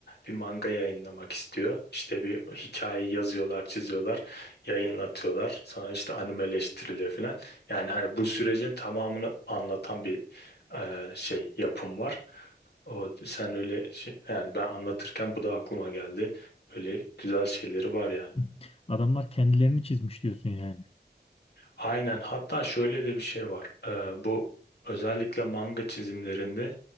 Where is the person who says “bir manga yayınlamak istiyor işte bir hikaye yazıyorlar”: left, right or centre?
Left